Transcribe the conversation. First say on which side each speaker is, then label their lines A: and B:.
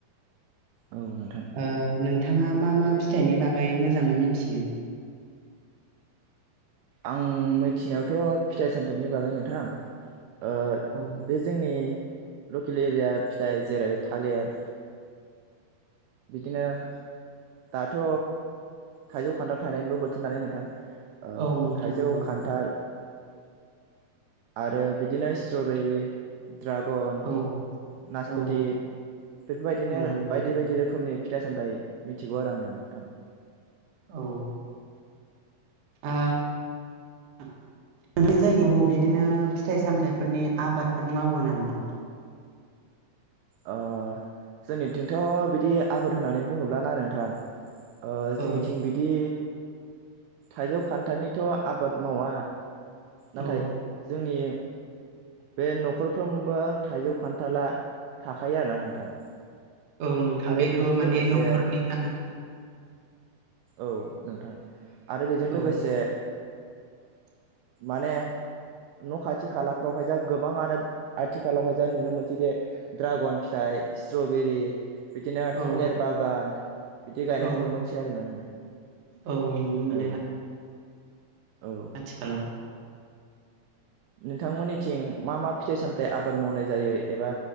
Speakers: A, on the right; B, on the right.
A: औ नोंथां।
B: ओ नोंथांङा मा मा फिथाइनि बागै मोजांङै मिथियो?
A: आं मिथिनायावथ' फिथाइ सामथायाइनि बागै नोंथां ओ
B: औ
A: बे जोंनि लकेल एरिया फिथाइ जेरै थालिर बिदिनो दाथ' थाइजौ खान्थाल थायनायनिबो बोथोर नालाय नोंथां ओ
B: औ नोंथां
A: थाइजौ
B: नंगौ
A: खान्थाल आरो बिदिनो स्ट्रबेरि ड्रागन
B: औ
A: नासपथि
B: औ
A: बेफोरबायदिनो
B: औ नंगौ
A: बायदि बायदि रोखोमनि फिथाइ सामथाइ मिथिगौ आरो आं नोंथां।
B: औ। आ नोंनि जायगायाव बिदिनो फिथाइ सामथायाइफोरनि आबादफोर मावो नामा?
A: अ जोंनिथिंथ' बिदि आबाद होननानै बुङोब्ला ना नोंथां ओ
B: औ
A: जोंनिथिं बिदि थाइजौ खान्थालनिथ' आबाद मावा नाथाय
B: औ
A: जोंनि बे न'खरफ्रोमबो थाइजौ खान्थाला थाखायो आरोना नोंथां।
B: औ नोंथां
A: आरो
B: बेथ'
A: बेजों
B: माने
A: लोगोसे
B: न'खरनि खाना।
A: औ नोंथां आरो बेजों
B: औ
A: लोगोसे
B: <inaudible>
A: माने न' खाथि खालाफ्रावहाय जा गोबांङानो आथिखालावहाय जा नुनो मोनसै जे दड्रागन फिथाइ स्ट्रबेरि बिदिनो
B: औ
A: थालिर बागान बिदि गायनायखौ
B: औ
A: नुनो मोनसै आरोना नोंथां
B: औ नुनो मोनो
A: औ। औ
B: आथिखालाव
A: नोंथांमोननिथिं मा मा फिथाइ सामथाइ आबाद मावनाय जायो एबा